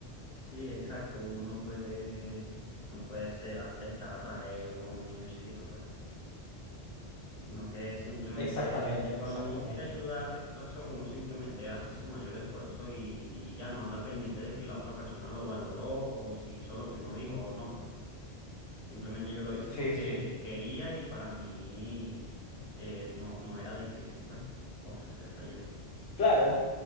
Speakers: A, on the left; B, on the left.
A: Sí, exacto, uno no puede, no puede ser hasta estar atrás de ellos como un niño chiquito, pues. sino que simplemente,
B: Exactamente,
A: y cuando
B: exactamente.
A: uno quiere ayudar de corazón, uno simplemente hace su mayor esfuerzo y, y ya no anda pendiente de si la otra persona lo valoró o si hizo lo que uno dijo o no, pues simplemente yo lo hice
B: Sí,
A: porque
B: sí.
A: quería y para mí este, no, no era difícil, pues, ofrecer esa ayuda.
B: Claro.